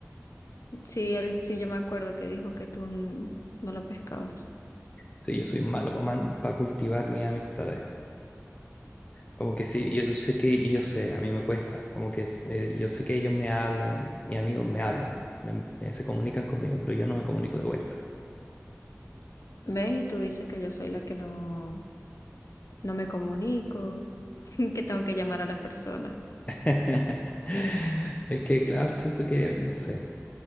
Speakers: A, on the left; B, on the left.
A: Sí, él, sí, yo me acuerdo que dijo que tú n- no lo pescabas.
B: Sí, yo soy malo para cultivar mis amistades. Como que sí, yo sé que, y yo sé, a mí me cuesta, como que es- eh, yo sé que ellos me hablan, mis amigos me hablan, me- me- se comunican conmigo, pero yo no me comunico de vuelta.
A: ¿Ves? Y tú dices que yo soy la que no, no me comunico, <laughs> que tengo que llamar a las personas.
B: <laughs> Es que, claro, siento que, no sé,